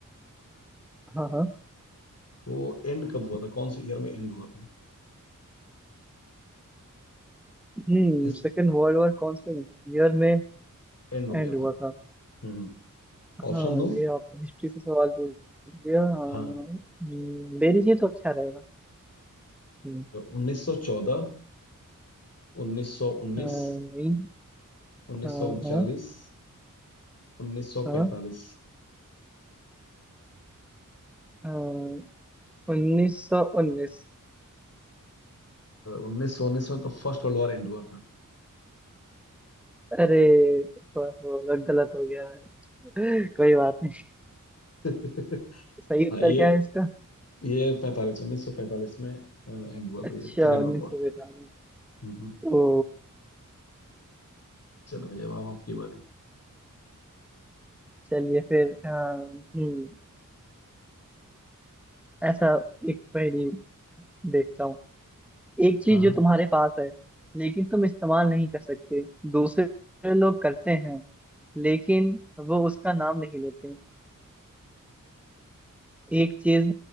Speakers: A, in the centre; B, on the left.
A: हाँ हाँ
B: वो एंड कब हुआ था कौन से ईयर में एंड हुआ था
A: हम्म
B: हिस
A: सेकेंड वर्ल्ड वॉर कौन से ईयर में
B: एंड हो
A: एंड
B: गया था
A: हुआ था
B: हम्म ऑप्शन
A: हाँ
B: दो
A: ये आपने हिस्ट्री से सवाल पूछ दिया हाँ,
B: हाँ
A: हम्म, दे दीजिए तो अच्छा रहेगा हम्म,
B: उन्नीस सौ चौदह उन्नीस सौ उन्नीस
A: अ, नहीं
B: उन्नीस
A: हाँ
B: सौ उनचालीस
A: हाँ
B: उन्नीस सौ
A: हाँ
B: पैंतालीस
A: हाँ। उन्नीस सौ उन्नीस
B: उन्नीस सौ उन्नीस में तो फर्स्ट वर्ल्ड वॉर एंड हुआ था
A: अरे थोड़ा थोड़ा गलत हो गया है <laughs> कोई बात नहीं
B: <laughs>
A: सही
B: हाँ
A: उत्तर
B: ये
A: क्या है इसका
B: ये पैंतालीस उन्नीस सौ पैंतालीस में एंड हुआ
A: अच्छा
B: था ये सेकेंड
A: उन्नीस
B: वर्ल्ड वॉर
A: सौ बिरानवे
B: हम्म
A: ओ
B: चलो भैया अब आपकी बारी
A: चलिए फिर अ, हम्म ऐसा एक पहेली देखता हूँ एक चीज
B: हाँ हाँ
A: जो तुम्हारे पास है लेकिन तुम इस्तेमाल नहीं कर सकते दूसरे लोग करते हैं लेकिन वो उसका नाम नहीं लेते एक चीज